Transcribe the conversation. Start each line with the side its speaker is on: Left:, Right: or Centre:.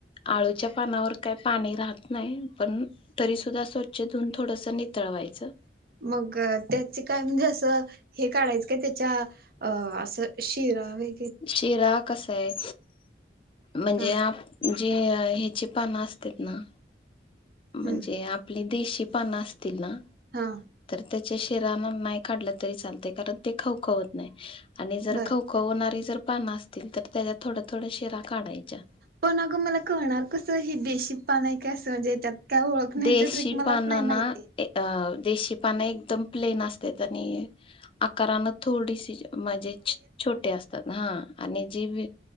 Left: आळूच्या पानावर काही पानी राहात नाही पन तरी सुद्धा स्वच्छ धुऊन, थोडसं नितळवायचं.
Right: मग त्याची काय म्हणजे असं, हे काढायचं काय, त्याच्या अ सर, शिरा हवे.
Left: शिरा कसाय? म्हणजे,
Right: हा
Left: आप जे ह्याची पानं असतेत ना- म्हनजे
Right: हम्
Left: आपली देशी पानं असतील ना
Right: हा
Left: तर त्याच्या शेराना नाही काढलं तरी चालते, कारण ते खवखवत नाही. आणि जर
Right: बर
Left: खव कवणारी जर पानं असतील, तर त्याच्या थोड्या थोड्या शिरा काढायच्या.
Right: पण अगं, मला कळणार कसं, हे देशी पान आहे काय? असं म्हणजे त्यात काय ओळखन्याची
Left: देशी
Right: ट्रिक मलाच
Left: पानांना
Right: नाही माहिती.
Left: अ देशी पानं एकदम प्लेन असत्यात, आनि आकारान थोडीसी. मंजे छ.. छोटे असतात, हा, आणि जे